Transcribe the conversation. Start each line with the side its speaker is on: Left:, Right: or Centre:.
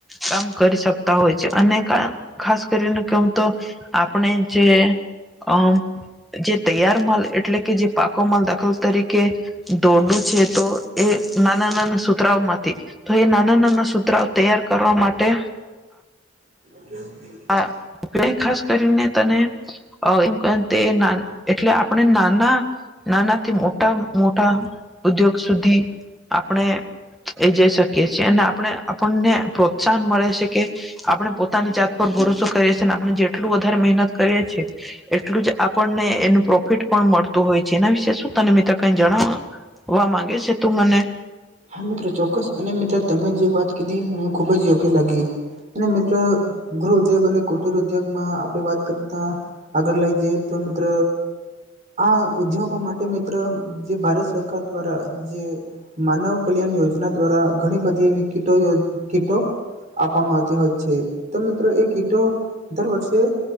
Centre: કામ કરી શકતા હોય છે અને કાર. ખાસ કરીને કવ તો આપણે જે અમ. જે તૈયાર માલ એટલે કે જે પાકો માલ દાખલ તરીકે. દોરડું છે તો એ નાના નાના સુત્રરાઓમાંથી. તો એ નાના નાના સુૂત્રરાઓ તૈયાર કરવા માટે.
Right: <inaudible>
Centre: આ ખાસ કરીને તને. એમ ક તે ના એટલે આપણે નાના. નાનાથી મોટા મોટા ઉદ્યોગ સુધી આપણે. એ જઈ શકીએ છીએ અને આપણે આપણને પ્રોત્સાહન મળે છે કે આપણે પોતાની જાત. ભરોસો કરીએ છી ને આપણે જેટલું વધારે મહેનત કરીએ છીએ. એટલું જ આપણને એનું પ્રોફિટ પણ મળતું. હોય છે એના વિશે શું તને મિત્રો કઈ જણાવવા માંગે છે તું મને.
Right: હા મિત્રો ચોક્કસ અને મિત્ર તમે જે વાત કીધી મને ખુબ જ યોગ્ય લાગી. અને મિત્ર ગૃહ ઉદ્યોગ અને કુઠિર ઉદ્યોગમાં આપણે વાત કરતા. અગર લાગ દ તો મિત્ર આ ઉદ્યોગો માટે મિત્ર જે ભારત સરકાર દ્વારા. જે માનવ કલ્યાણ યોજના દ્વારા ઘણી બધી વિકિટો. કીટો આપવામાં આવતી હોય છે તો મિત્રો એ કીટો દર વર્ષે.